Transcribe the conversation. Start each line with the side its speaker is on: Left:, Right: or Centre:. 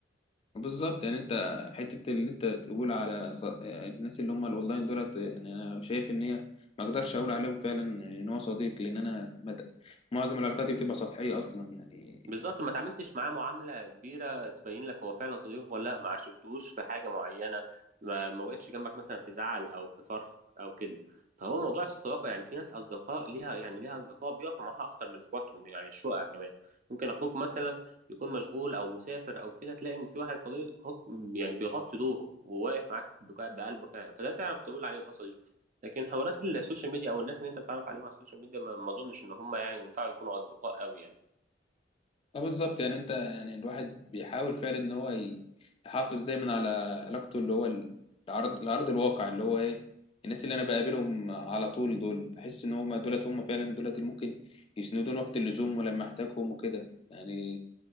Left: بالظبط يعني انت حته اللي انت تقول على ص- الناس اللي هم الاونلاين دولت يعني انا شايف ان هي ما اقدرش اقول عليهم فعلا ان هو صديق لان انا ما ت- معظم العلاقات دي بتبقى سطحيه اصلا يعني
Right: بالظبط ما تعاملتش معاه معاملة كبيرة تبين لك هو فعلا صديقك ولا لا ما عاشرتوش في حاجة معينة ما ما وقفش جنبك مثلا في زعل أو في فرح أو كده فهو موضوع الصداقة يعني في ناس أصدقاء ليها يعني ليها أصدقاء بيقفوا معاها أكتر من إخواتهم يعني الشقق كمان ممكن أخوك مثلا يكون مشغول أو مسافر أو كده تلاقي إن في واحد صديق هو- يعني بيغطي دوره وواقف معاك بك- بقلبه فعلا فده تعرف تقول عليه أه صديق لكن حوارات السوشيال ميديا أو الناس اللي أنت بتعرف عليهم على السوشيال ميديا ما ما أظنش إن هم يعني ينفعوا يكونوا أصدقاء أوي يعني
Left: اه بالظبط يعني انت يعني الواحد بيحاول فعلا ان هو ي- يحافظ دايما على علاقته اللي هو ال- العرض العرض الواقع اللي هو ايه الناس اللي انا بقابلهم على طول دول بحس ان هم دولت هم فعلا دولت اللي ممكن يسندون وقت اللزوم ولما احتاجهم وكده يعني